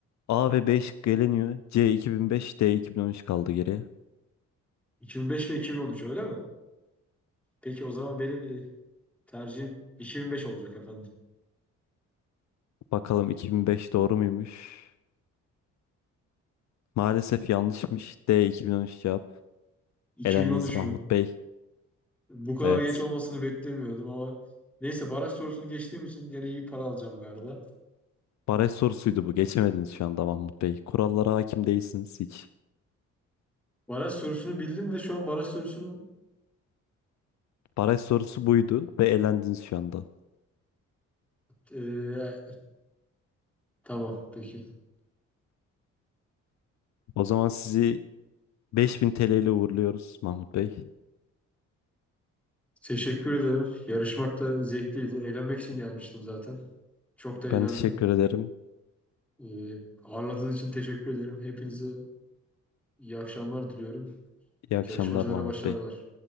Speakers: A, on the left (about 65°); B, in the centre.
A: A ve B şıkkı eleniyor. C 2005, D 2013 kaldı geriye.
B: 2005 ve 2013 öyle mi? Peki o zaman benim e, tercihim 2005 olacak efendim.
A: Bakalım 2005 doğru muymuş? Maalesef yanlışmış. D 2013 cevap.
B: 2013
A: Elendiniz Mahmut
B: mü?
A: Bey.
B: Bu kadar
A: Evet.
B: geç olmasını beklemiyordum ama neyse baraj sorusunu geçtiğim için gene iyi para alacağım galiba.
A: Baraj sorusuydu bu. Geçemediniz şu anda Mahmut Bey. Kurallara hakim değilsiniz hiç.
B: Baraj sorusunu bildim ve şu an baraj sorusunu
A: Baraj sorusu buydu ve elendiniz şu anda.
B: e, tamam peki.
A: O zaman sizi 5000 TL ile uğurluyoruz Mahmut Bey.
B: Teşekkür ederim. Yarışmak da zevkliydi. Eğlenmek için gelmiştim zaten. Çok da eğlendim.
A: Ben teşekkür ederim.
B: Ee, ağırladığın için teşekkür ederim. Hepinize iyi akşamlar diliyorum.
A: İyi akşamlar
B: Yarışmacılara
A: Mahmut
B: başarılar.
A: Bey.